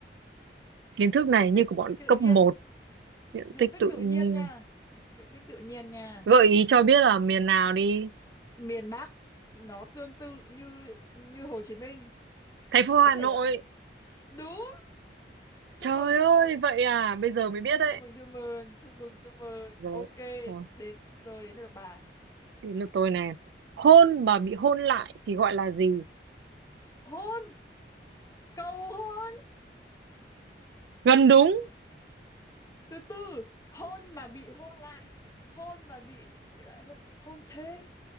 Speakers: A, on the right (about 80°); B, on the left (about 20°).
A: kiến thức này
B: Diện
A: như
B: tích
A: của bọn
B: tự
A: cấp
B: nhiên,
A: một diện
B: diện
A: tích
B: tích
A: tự
B: tự nhiên
A: nhiên.
B: nha. Diện tích tự nhiên nha.
A: Gợi ý cho biết là miền nào đi.
B: miền Bắc nó tương tự như như Hồ Chí Minh
A: Thành phố
B: có
A: Hà
B: thể
A: Nội.
B: là đúng chúc
A: Trời
B: mừng chúc
A: ơi,
B: mừng
A: vậy à, bây giờ mới biết đấy.
B: chúc mừng chúc mừng chúc mừng chúc mừng
A: Rồi,
B: ok
A: rồi,
B: đến rồi đến lượt bà
A: đến lượt tôi này. Hôn mà bị hôn lại thì gọi là gì?
B: hôn cầu hôn
A: Gần đúng.
B: từ từ hôn mà bị hôn lại hôn mà bị lại hôn hôn thế